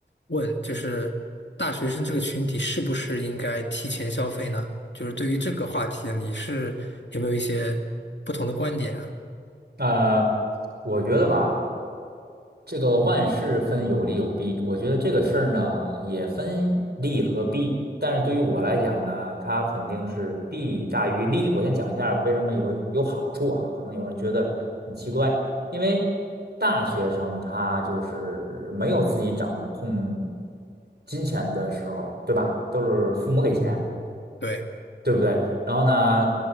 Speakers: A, on the left (about 75°); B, on the right (about 65°).
A: 问，就是大学生这个群体是不是应该提前消费呢？就是对于这个话题，你是有没有一些不同的观点啊？
B: 呃，我觉得吧，这个万事分有利有弊，我觉得这个事儿呢也分利和弊，但是对于我来讲呢，它肯定是弊大于利。我先讲一下为什么有有好处啊，可能有人觉得很奇怪，因为大学生他就是没有自己掌控金钱的时候，对吧？都是父母给钱。
A: 嗯，对。
B: 对不对？然后呢，